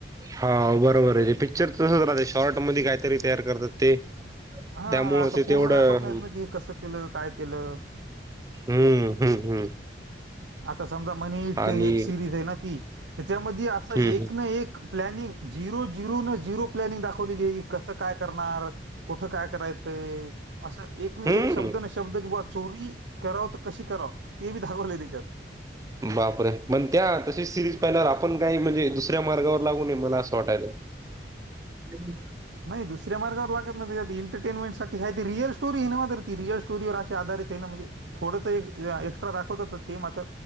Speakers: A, on the right; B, on the right.
A: हा बरोबर आहे ते पिक्चर तसच राहते शॉर्ट मध्ये कायतरी तयार करतात ते.
B: हा
A: त्यामुळं
B: असं
A: ते
B: पूर्ण
A: तेवढं
B: दाखवत नाहीत ना की हे कसं केलं काय केलं.
A: हम्म हम्म हम्म.
B: आता समजा मनि हिष्ट
A: आणि
B: एक सिरीज आहे ना ती त्याच्यामध्ये असं
A: हम्म
B: एक ना एक प्लॅनिंग झिरो झिरो न झिरो प्लॅनिंग दाखवलेली आहे की कसं काय करणार कुठ काय करायचंय अस एक न
A: हम्म
B: एक
A: हम्म
B: शब्द न शब्द शब्द की बॉ चोरी कराव तर कशी कराव ते बी दागवलय त्याच्यात.
A: बापरे पण त्या तशीच सिरीज पाहिल्यावर आपण काही म्हणजे दुसऱ्या मार्गावर लागू नये मला असं वाटायल. <unintelligible>
B: नाही दुसऱ्या मार्गावर लागत नाही तच्यात एंटरटेनमेंटसाठी हाय ते रिअल स्टोरी हे नव ती रिअल स्टोरीवर अशी आधारित ते ना म्हणजे थोडं तर एक एक्स्ट्रा दाखवतात ते मात्र